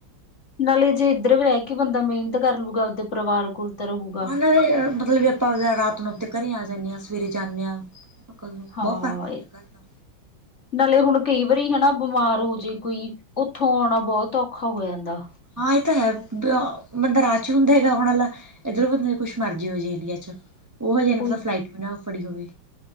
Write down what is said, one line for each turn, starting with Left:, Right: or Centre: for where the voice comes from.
Left: ਨਾਲੇ ਜੇ ਇੱਧਰ ਰਹਿ ਕੇ ਬੰਦਾ ਮਿਹਨਤ ਕਰ ਲੂਗਾ ਉਹਦੇ ਪਰਿਵਾਰ ਕੋਲ ਤਾਂ ਰਹੂਗਾ।
Right: ਹਨਾਂ ਦੇ ਮਤਲਬ ਵੀ ਆਪਾਂ ਰਾਤ ਨੂੰ ਆਪਦੇ ਘਰੇ ਆ ਜਾਂਦੇ ਹਾਂ ਸਵੇਰੇ ਜਾਂਦੇ ਹਾਂ। ਬਹੁਤ
Left: ਹਾਂ
Right: ਫ਼ਰਕ ਪੈਂਦਾ ਘਰ ਦਾ
Left: ਨਾਲੇ ਹੁਣ ਕਈ ਵਾਰੀ ਹਨਾ ਬਿਮਾਰ ਹੋ ਜੇ ਕੋਈ ਉੱਥੋਂ ਆਉਣਾ ਬਹੁਤ ਔਖਾ ਹੋ ਜਾਂਦਾ।
Right: ਹਾਂ ਇਹ ਤਾਂ ਹੈ ਬੰਦਾ ਰਾਚ ਹੁੰਦਾ ਹੈਗਾ ਹੋਣ ਵਾਲਾ ਇੱਧਰੋਂ ਬੰਦੇ ਕੁਛ ਮਰਜ਼ੀ ਹੋ ਜਾ ਇੰਡੀਆ ਚ ਉਹ ਹ ਜਹਾ ਨੇ
Left: ਉਹੀ
Right: ਪਤਾ ਫਲਾਈਟ ਵੀ ਨਾ ਫੜੀ ਹੋਵੇ।